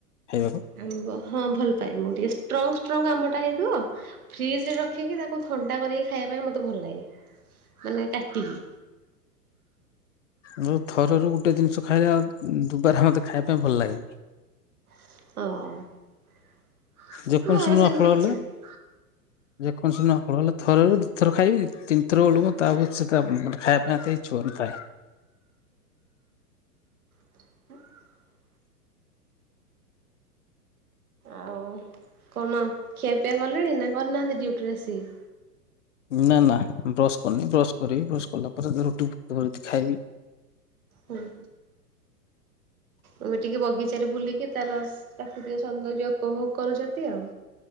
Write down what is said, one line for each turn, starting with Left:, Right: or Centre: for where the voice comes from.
Left: ହେଇବାକୁ।
Right: ଆମ୍ବ ହଁ ଭଲ ପାାଏ ମୁଁ ଟିକେ ଷ୍ଟ୍ରଙ୍ଗ୍ ଷ୍ଟ୍ରଙ୍ଗ୍ ଆମଟା ହେଇଥିବ ଫ୍ରିଜ୍ ରେ ରଖିକି ତାକୁ ଥଣ୍ଡା କରିକି ଖାଇଆ ଖାଇବା ପାଇଁ ମତେ ଭଲ ଲାଗେ, ମାନେ କାଟିକି
Left: ମୁଁ ଥରରୁ ଗୋଟେ ଦିନ୍ଷ ଖାଇଲା ଦୁବାରା ମୋତେ ଖାଇବା ପାଇଁ ଭଲ ଲାଗେନି।
Right: ହଁ।
Left: ଯେକୌଣସି
Right: ମୋର
Left: ନୂଆ
Right: ସେମିତି
Left: ଫଳ ହେଲେ
Right: କିଛି ନାହିଁ
Left: ଯେକୌଣସି ନ ଫଳ ହେଲେ ଥରରୁ ଦିଥର ଖାଇବି ତିନ୍ ଥର ବେଳକୁ ତା ସେ ମାନେ ଖାଇବା ପାଇଁ ଏତେ ଇଛୁକ ନ ଥାଏ।
Right: <inaudible> ଆଉ କନ ଖିଆପିଆ କଲେଣି ନା କରିନାହାନ୍ତି ଡ୍ୟୁଟିରେ ଆସିକି?
Left: ନା ନା ବ୍ରସ୍ କରନି ବ୍ରସ୍ କରିବି ବ୍ରସ୍ କଲା ପରେ ରୁଟି <unintelligible> ଖାଇବି।
Right: ହୁଁ।
Left: <inaudible>
Right: ଆମେ ଟିକେ ବଗିଚାରେ ବୁଲିକି ତାର ପ୍ରାକୃତିକ ସୌନ୍ଦର୍ଯ୍ୟ ଉପଭୋଗ କରୁଛନ୍ତି ଆଉ